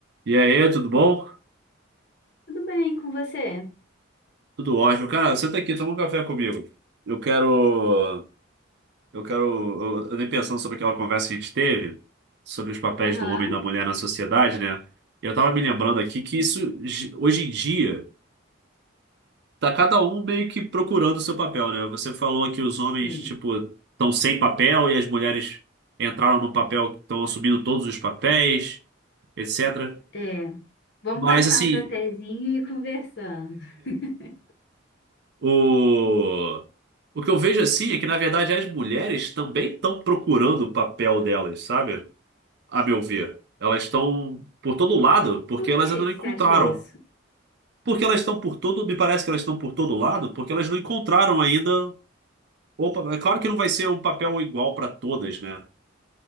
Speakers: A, on the right; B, on the left.
A: E aí, tudo bom?
B: Tudo bem com você?
A: Tudo ótimo. Cara, senta aqui, toma um café comigo. Eu quero. Eu quero. Eu, eu andei pensando sobre aquela conversa que a gente teve, sobre os papéis
B: Aham,
A: do homem e da mulher na sociedade, né? E eu tava me lembrando aqui que isso, ge- hoje em dia, tá cada um meio que procurando o seu papel, né? Você falou que os
B: sei.
A: homens, tipo, estão sem papel e as mulheres entraram num papel que estão assumindo todos os papéis, etc.
B: É, vamos
A: Mas,
B: passar
A: assim,
B: um cafezinho e ir conversando. <laughs>
A: O, o que eu vejo assim é que, na verdade, as mulheres também estão procurando o papel delas, sabe? A meu ver. Elas estão por todo lado porque
B: Por
A: elas
B: que
A: ainda não
B: que
A: encontraram.
B: você acha isso?
A: Porque elas estão por todo, me parece que elas estão por todo lado porque elas não encontraram ainda. Opa, é claro que não vai ser um papel igual para todas, né?